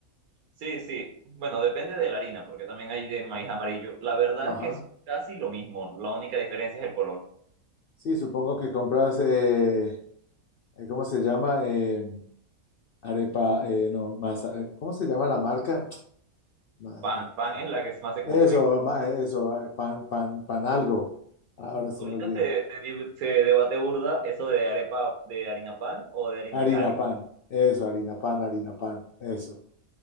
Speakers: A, on the right (about 85°); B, on the left (about 75°).
A: Sí, sí, bueno, depende de la harina, porque también hay de maíz amarillo. La verdad
B: Ajá.
A: es que es casi lo mismo, la única diferencia es el color.
B: Sí, supongo que compras, eh, eh, ¿cómo se llama? Eh, arepa, eh, no, masa, eh, ¿cómo se llama la marca? <tsk> Ma-
A: Pan,
B: eh,
A: pan es la que más se consume
B: Eso, ma- eso, eh, pan, pan, pan algo. Ahora
A: Mm.
B: se
A: Ahorita
B: me olvida.
A: se, se, di- se debate burda eso de arepa de harina pan o de harina
B: Harina
A: cal.
B: pan, eso, harina pan, harina pan, eso.